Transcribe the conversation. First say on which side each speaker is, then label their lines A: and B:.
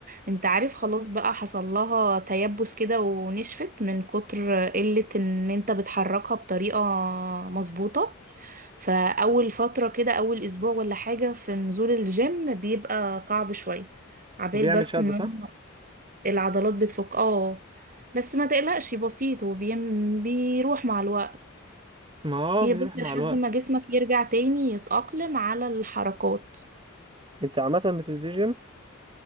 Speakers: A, on the right; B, on the right.
A: انت عارف خلاص بقى حصل لها تيبس كده ونشفت من كتر قلة ان انت بتحركها بطريقة مظبوطة فاول فترة كده اول اسبوع ولا حاجة في نزول الجيم بيبقى صعب شوية عبال
B: وبيعمل
A: بس
B: شد
A: ما
B: صح
A: العضلات بتفك اه بس ما تقلقش بسيط وبيم... بيروح مع الوقت
B: ما هو
A: هي
B: آه، بيروح
A: بس لحد
B: مع الوقت
A: ما جسمك يرجع تاني يتأقلم على الحركات
B: انت عامه بتنزل جيم